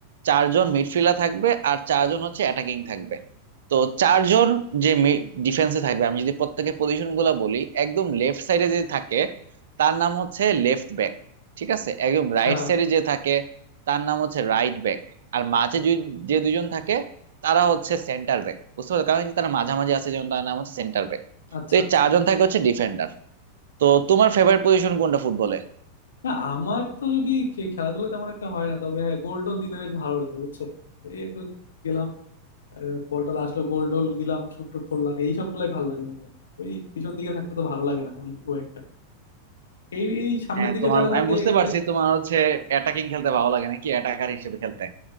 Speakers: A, on the right; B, on the left.
A: চারজন মিডফিল্ডার থাকবে আর চারজন হচ্ছে অ্যাটাকিং থাকবে তো চারজন যে ডিফেন্সে থাকবে আমি যদি প্রত্যেকের পজিশন গুলো বলি একদম লেফট সাইডে যে থাকে তার নাম হচ্ছে লেফট ব্যাক ঠিক আছে একদম
B: আচ্ছা
A: রাইট সাইডে যে থাকে তার নাম হচ্ছে রাইট ব্যাক আর মাঝে যে- যে দুজন থাকে তারা হচ্ছে সেন্টার ব্যাক বুঝতে পারছো কারণ তারা মাঝামাঝি আছে যেমন তার নাম হচ্ছে সেন্টার ব্যাক
B: আচ্ছা
A: তো এই
B: আচ্ছা
A: চারজন থাকে হচ্ছে ডিফেন্ডার তো তোমার ফেভারিট পজিশন কোনটা ফুটবলে
B: না আমার তো যদি খে- খেলাধুলা তেমন একটা হয় না তবে হ্যাঁ গোল টোল দিতে বেশ ভালো লাগে বুঝছো এই একটু গেলাম বল টল আসলো গোল টোল দিলাম শুট টুট করলাম এই সব গুলাই ভালো লাগে মোটামুটি ওই পিছন দিকে থাকতে তো ভালো লাগে না কোনো খুব একটা এই এই সামনের
A: হ্যাঁ
B: দিকে
A: তোমার
B: যারা থাকে
A: আমি বুঝতে
B: এদের
A: পারছি তোমার হচ্ছে অ্যাটাকিং খেলতে ভালো লাগে নাকি অ্যাটাকার হিসেবে খেলতে